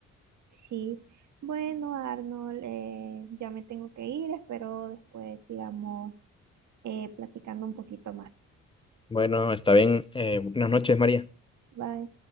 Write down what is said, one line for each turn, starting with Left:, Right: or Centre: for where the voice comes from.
Right: Sí. Bueno, Arnold, eh, ya me tengo que ir. Espero después sigamos eh, platicando un poquito más.
Left: Bueno, está bien. eh, buenas noches, María. Bye.
Right: Bye.